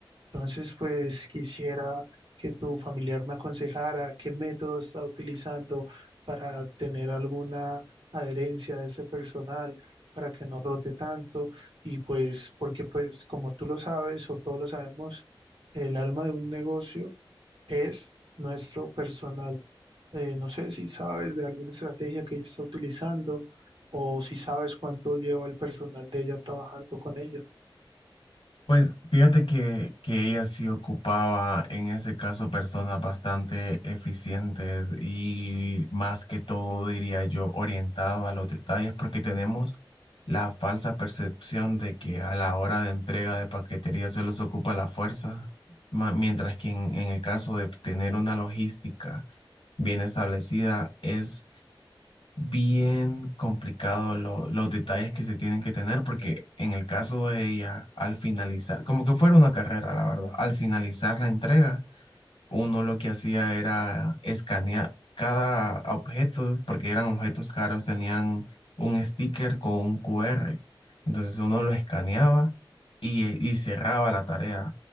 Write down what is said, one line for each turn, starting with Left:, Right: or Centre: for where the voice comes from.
Right: Entonces, pues quisiera que tu familiar me aconsejara qué método está utilizando para tener alguna adherencia de ese personal, para que no rote tanto. Y pues, porque pues como tú lo sabes o todos lo sabemos, el alma de un negocio es nuestro personal. Eh, no sé si sabes de alguna estrategia que ella está utilizando o si sabes cuánto lleva el personal de ella trabajando con ella.
Left: Pues fíjate que, que ella sí ocupaba en ese caso personas bastante eficientes y más que todo diría yo orientado a los detalles porque tenemos la falsa percepción de que a la hora de entrega de paquetería se los ocupa la fuerza, ma- mientras que en en el caso de tener una logística bien establecida es bien complicado lo- los detalles que se tienen que tener, porque en el caso de ella, al finalizar, como que fuera una carrera, la verdad, al finalizar la entrega uno lo que hacía era escanear cada objeto, porque eran objetos caros, tenían un sticker con un QR. Entonces uno lo escaneaba y, eh, y cerraba la tarea